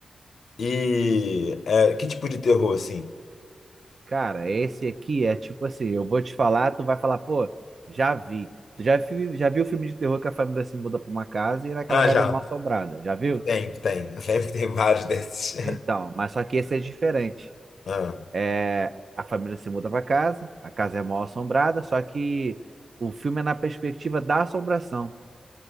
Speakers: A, on the left (about 75°); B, on the right (about 50°).
A: E é, que tipo de terror, assim?
B: Cara, esse aqui é tipo assim, eu vou te falar, tu vai falar, pô, já vi. Tu já, vi, já viu o filme de terror que a família se muda pra uma casa e naquela
A: Ah,
B: casa
A: já,
B: é mal assombrada, já viu?
A: tem, tem. <laughs> Sempre tem vários desses.
B: Então,
A: <laughs>
B: mas só que esse é diferente.
A: Ah,
B: É, a família se muda para casa, a casa é mal assombrada, só que o filme é na perspectiva da assombração.